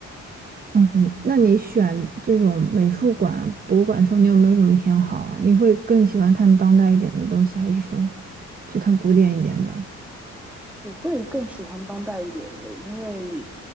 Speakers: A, on the right; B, in the centre.
A: 嗯，那你选这种美术馆、博物馆的时候，你有没有什么偏好啊？你会更喜欢看当代一点的东西，还是说去看古典一点的？
B: 我会更喜欢当代一点的，因为，